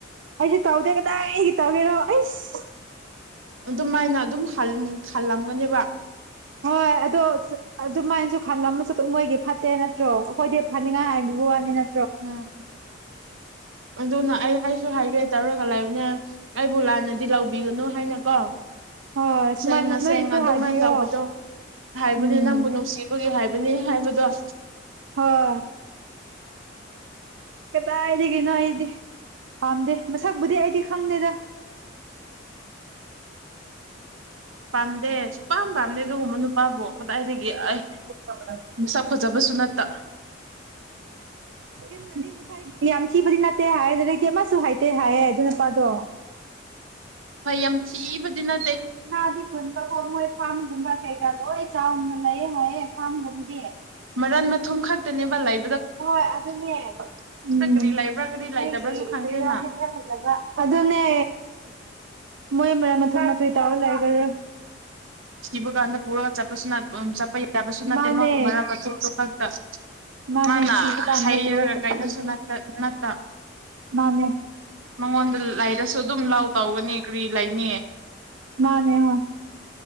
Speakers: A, on the right (about 65°); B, on the right (about 85°).
A: ꯑꯩꯩꯁꯦ ꯇꯧꯗ ꯀꯗꯥ ꯑꯩꯒꯤ ꯇꯧꯒꯦꯔꯣ ꯑꯩꯁ
B: ꯑꯗꯨꯃꯥꯏꯅ ꯑꯗꯨꯝ ꯈꯜꯂꯝꯒꯅꯦꯕ
A: ꯍꯣꯏ ꯑꯗꯣ ꯑꯗꯨꯃꯥꯏꯅꯁꯨ ꯈꯪꯁꯨ ꯃꯣꯏꯒꯤ ꯐꯠꯇꯦ ꯅꯠꯇ꯭ꯔꯣ ꯑꯩꯈꯣꯏꯗꯤ ꯐ ꯍꯥꯏꯒ ꯋꯥꯅꯤꯅ
B: ꯎꯝ ꯑꯗꯨꯅ ꯑꯩ ꯑꯩꯁꯨ ꯍꯥꯏꯒꯦ ꯇꯧꯔꯒ ꯂꯩ ꯑꯗꯨꯩꯅ ꯑꯩꯕꯨ ꯂꯥꯟꯅꯗꯤ ꯂꯧꯕꯤꯒꯅꯨ ꯍꯥꯏꯅꯀꯣ
A: ꯍꯣꯏ ꯁꯨꯃꯥꯏꯅ
B: ꯁꯦꯡ ꯉ
A: ꯅꯣꯏꯅꯁꯨ
B: ꯁꯦꯡ ꯑꯗꯨꯃꯥꯏꯅ
A: ꯍꯥꯏꯕꯤꯌꯣ
B: ꯇꯧꯕꯗꯣ ꯍꯥꯏꯕꯅꯦ
A: ꯎꯝ
B: ꯅꯪꯕꯨ ꯅꯨꯡꯁꯤꯕꯒꯤ ꯍꯥꯏꯕ ꯅꯦ ꯍꯥꯏꯕꯗꯣ ꯑ
A: ꯍꯣꯏ ꯀꯗꯥꯏꯗꯒꯤꯅꯣ ꯑꯩꯗꯤ ꯄꯥꯝꯗꯦ ꯃꯁꯛꯕꯨꯗꯤ ꯑꯩꯗꯤ ꯈꯪꯗꯦꯗ <inaudible>
B: ꯄꯥꯝꯗꯦ ꯁꯨꯄꯥꯝ ꯄꯥꯝꯗꯦ ꯑꯗꯨꯒꯨꯝꯕ ꯅꯨꯄꯥꯕꯨ ꯀꯗꯥꯏꯗꯒꯤ ꯑꯩ
A: ꯐ
B: ꯃꯁꯛ ꯐꯖꯕꯁꯨ ꯅꯠꯇ
A: ꯅ ꯌꯥꯝ ꯊꯤꯕꯗꯤ ꯅꯠꯇꯦ ꯍꯥꯏꯌꯦ ꯂꯩꯗꯛꯇꯗꯤ ꯑꯃꯁꯨ ꯍꯥꯏꯇꯦ ꯍꯥꯏꯑ ꯑꯗꯨ ꯅꯨꯄꯥꯗꯣ
B: ꯑꯩ ꯑꯕ ꯅ
A: ꯅ ꯑꯗꯤ ꯈꯣꯏꯟꯗ ꯀꯧꯕꯣꯣꯏ ꯄꯥꯝ ꯀꯩꯀꯣ ꯑꯩ ꯆꯥꯎꯥꯅ ꯂꯩꯌꯦ ꯍꯥꯏꯌꯦ ꯐꯥꯝ ꯂꯒꯗꯤꯑ
B: ꯃꯔꯟ ꯃꯊꯨꯝ ꯈꯛꯇꯅꯦꯕ ꯂꯥꯏꯐ
A: ꯍꯣꯏ ꯑꯗꯨꯅꯦ ꯎꯝ
B: ꯀꯔꯤ ꯂꯩꯕ꯭ꯔꯥ ꯀꯔꯤ ꯂꯩꯇꯕ꯭ꯔꯥꯁꯨ
A: ꯅꯣꯏꯒꯤ
B: ꯈꯪꯗꯦꯅ
A: ꯕꯦꯛꯒ꯭ꯔꯥꯎꯟꯃꯛꯇ ꯐꯖꯕ ꯑꯗꯨꯅꯦ ꯃꯣꯏ ꯃꯔꯛ ꯃꯊꯨꯝ ꯃꯈ ꯀꯩ ꯇꯥꯔ ꯂꯩꯈꯔ
B: ꯁꯤꯕ ꯀꯥꯟꯗ ꯄꯨꯔꯒ ꯆꯠꯄꯁꯨ ꯎ ꯆꯠꯄ ꯌꯥꯕꯁꯨ ꯅꯠꯇꯦ
A: ꯃꯥꯅꯦ
B: ꯃꯥ ꯃꯔꯝ ꯃꯊꯗꯨ ꯈꯛꯇ
A: ꯃꯥꯅꯦ
B: ꯃꯥꯅ
A: ꯁꯤꯕ ꯀꯥꯟꯗ
B: ꯍꯩꯔꯒ
A: ꯄꯨꯔ ꯀꯞꯄ
B: ꯀꯩꯅꯁꯨ ꯅꯠꯇ
A: ꯃꯥꯅꯦ
B: ꯃꯉꯣꯟꯗ ꯂꯩꯔꯁꯨ ꯑꯗꯨꯝ ꯂꯥꯎ ꯇꯧꯒꯅꯤ ꯀꯔꯤ ꯂꯩꯅꯤꯌꯦ
A: ꯅꯦ ꯍꯔ